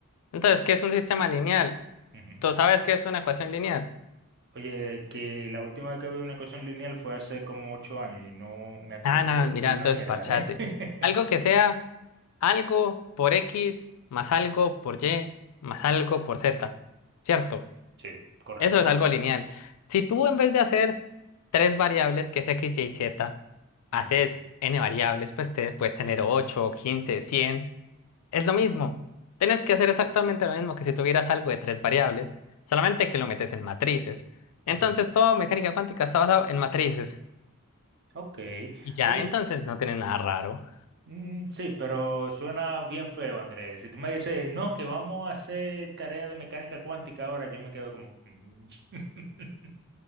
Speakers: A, on the left (about 85°); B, on the right (about 50°).
A: Entonces, ¿qué es un sistema lineal?
B: ujú.
A: ¿Tú sabes qué es una ecuación lineal?
B: Oye, que la última vez que vi una ecuación lineal fue hace como ocho años y no me acuerdo
A: Ah, no,
B: de
A: mira, entonces
B: una mierda,
A: parchate.
B: ¿eh? <laughs>
A: Algo que sea algo por X más algo por Y más algo por Z, ¿cierto?
B: Sí, correcto.
A: Eso es algo lineal. Si tú en vez de hacer tres variables, que es X, Y, Z, haces
B: Ujú,
A: n variables, pues te puedes tener 8, 15, 100. Es lo mismo. Tienes que hacer exactamente lo mismo que si tuvieras algo de tres variables, solamente que lo metes en matrices. Entonces,
B: ujú.
A: toda mecánica cuántica está basado en matrices.
B: Ok.
A: Y ya,
B: Oye,
A: entonces no tiene nada raro.
B: Mm, sí, pero suena bien feo, Andrés. Si tú me dices, no, que vamos a hacer tarea de mecánica cuántica ahora, yo me quedo como... "Mm". <laughs>